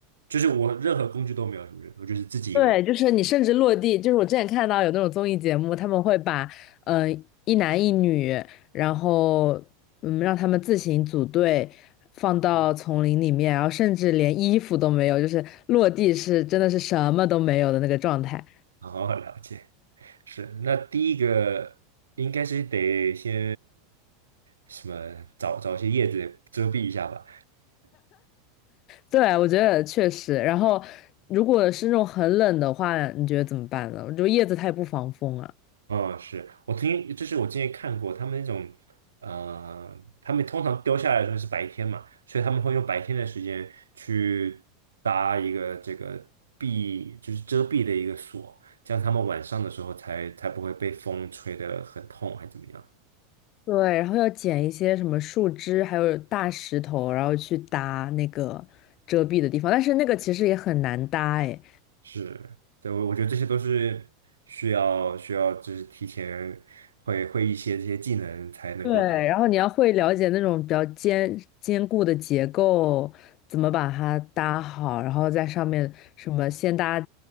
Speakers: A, on the right; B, on the left.
A: 就是我任何工具都没有，是不是？我就是自己一个人，
B: 对，就是你甚至落地，就是我之前看到有那种综艺节目，他们会把呃一男一女，然后嗯让他们自行组队放到丛林里面，然后甚至连衣服都没有，就是落地是真的是什么都没有的那个状态。
A: 好好了解。是，那第一个应该是得先什么找找一些叶子遮蔽一下吧。
B: 对，我觉得确实。然后如果是那种很冷的话，你觉得怎么办呢？我觉得叶子它也不防风啊。
A: 嗯，是我曾经，就是我之前看过他们那种，呃，他们通常丢下来的时候是白天嘛，所以他们会用白天的时间去搭一个这个避，就是遮蔽的一个锁，这样他们晚上的时候才才不会被风吹得很痛，还怎么样？
B: 对，然后要捡一些什么树枝，还有大石头，然后去搭那个遮蔽的地方。但是那个其实也很难搭哎。
A: 是，对，我我觉得这些都是需要需要，就是提前会会一些这些技能才能够达
B: 对，然后你要会了解那种比较坚坚固的结构，怎么把它搭好，然后在上面什么先搭